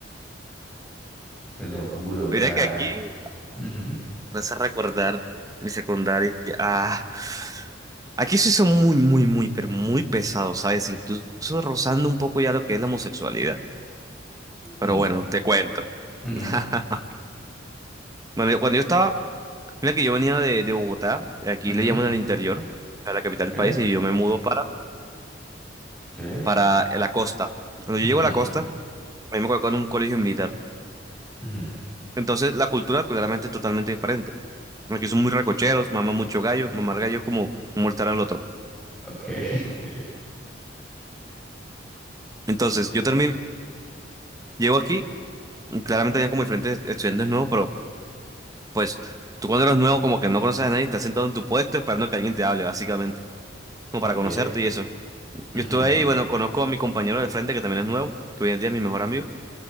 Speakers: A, in the centre; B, on the right.
A: Te lo juro, o sea,
B: Mira que aquí
A: ujú,
B: vas a recordar mi secundaria. Ah, aquí sí son muy, muy, muy, pero muy pesados, ¿sabes? Incluso rozando un poco ya lo que es la homosexualidad.
A: no,
B: Pero bueno, te cuento.
A: ujú,
B: <laughs> Bueno, yo- cuando yo estaba, mira que yo venía de, de Bogotá, aquí
A: ujú,
B: le llaman al interior, a la capital
A: ok,
B: del país, y yo me mudo para,
A: ok,
B: para la costa. Cuando
A: ujú,
B: yo llego
A: ujú.
B: a la costa, a mí me colocó en un colegio militar.
A: Ujú.
B: Entonces, la cultura claramente es totalmente diferente. Aquí son muy recocheros, maman mucho gallo, mamar gallo es como molestar al otro.
A: Okay. <laughs>
B: Entonces, yo termino, llego aquí, y claramente habían como diferentes estudiantes nuevos, pero pues tú cuando eres nuevo como que no conoces a nadie, estás sentado en tu puesto esperando que alguien te hable, básicamente, como
A: Okay.
B: para conocerte y eso. Yo
A: Ujú,
B: estuve
A: ujú,
B: ahí, bueno, conozco a mi compañero de frente que también es nuevo, que hoy en día es mi mejor amigo.